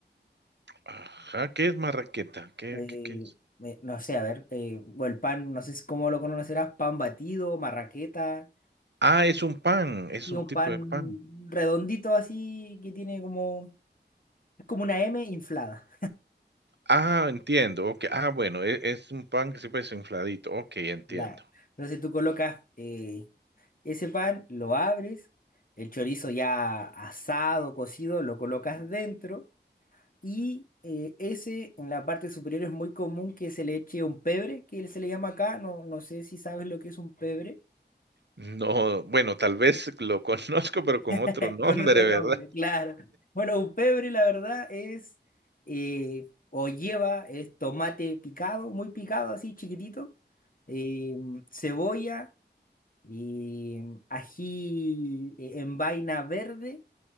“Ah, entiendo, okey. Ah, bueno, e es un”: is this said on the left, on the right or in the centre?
Right